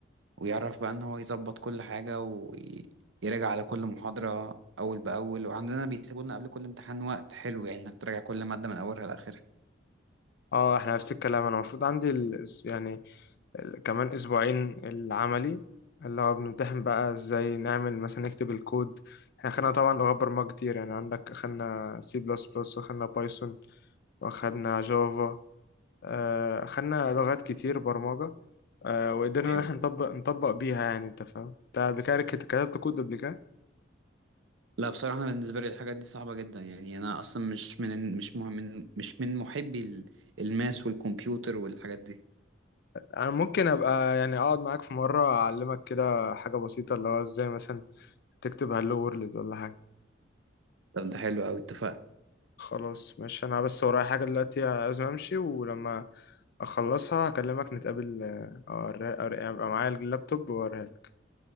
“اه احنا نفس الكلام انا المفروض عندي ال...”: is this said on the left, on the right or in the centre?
Left